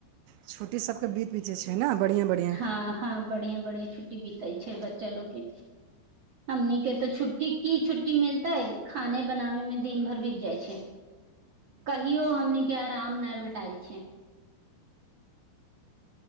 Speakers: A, on the right; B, on the right.
A: छोटी सबके बीत बीत जे छैय ने बढ़िआँ बढ़िआँ
B: हँ हँ बढ़िया बढ़िया छुटी बी तै छैय बच्चा लोगके अम्मी के तऽ छुट्टी की छू रु्टी मिलतय खाने बनाबे में दिन भर बीत जाइ छैय। कहियो हमनी के आराम नहि भेठ चइ छैय